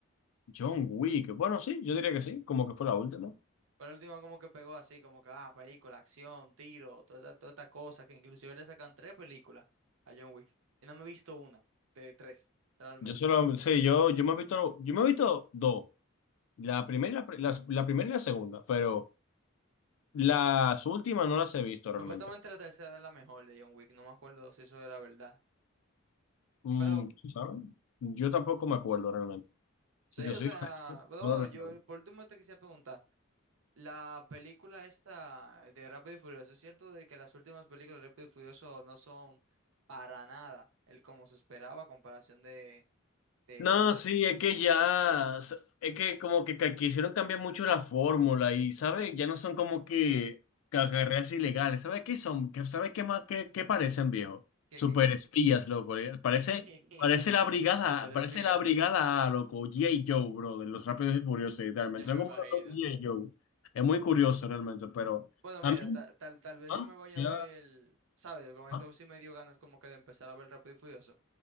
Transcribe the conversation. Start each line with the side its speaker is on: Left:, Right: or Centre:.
Left: John Wick. Bueno, sí, yo diría que sí, como que fue la última.
Right: Fue la última como que pegó así, como que, ah, película, acción, tiro, toda, esta- toda esta cosa, que inclusive le sacan tres películas a John Wick. Y no me he visto una, de tres, realmente.
Left: Yo solo, sí, yo, yo me he visto, yo me he visto dos. La primera y la, pri- las- la primera y la segunda, pero las últimas no las he visto realmente.
Right: Supuestamente la tercera es la mejor de John Wick, no me acuerdo si eso era verdad.
Left: Mm,
Right: Pero
Left: ¿saben? Yo tampoco me acuerdo realmente.
Right: sí,
Left: Si te
Right: o
Left: soy
Right: sea,
Left: honesto,
Right: pero
Left: no
Right: bueno,
Left: lo recuerdo.
Right: yo por último te quisiera preguntar, la película esta de Rápido y Furioso, ¿es cierto de que las últimas películas de Rápido y Furioso no son para nada el como se esperaba a comparación de, de,
Left: No,
Right: de la...
Left: sí, es que ya, s- es que como que ca- quisieron cambiar mucho la fórmula y, ¿sabes? Ya no son como que ca- carreras ilegales, ¿sabes qué son? ¿Qué- ¿Sabes qué más, qué, qué parecen, viejo?
Right: ¿Qué,
Left: Super
Right: qué, qué?
Left: espías, loco, eh, parece,
Right: <laughs>
Left: parece la brigada,
Right: Super
Left: parece
Right: espías,
Left: la brigada A, loco, G.I. Joe, bro, de los Rápidos y Furiosos, literalmente,
Right: ya me
Left: son como
Right: imagino.
Left: los G.I. Joe, es muy curioso realmente, pero
Right: Bueno,
Left: a
Right: mira,
Left: mí,
Right: ta- tal, tal vez
Left: ah,
Right: yo me voy
Left: ya,
Right: a ver, ¿sabes? Con esto
Left: ah,
Right: sí me dio ganas como que de empezar a ver Rápido y Furioso.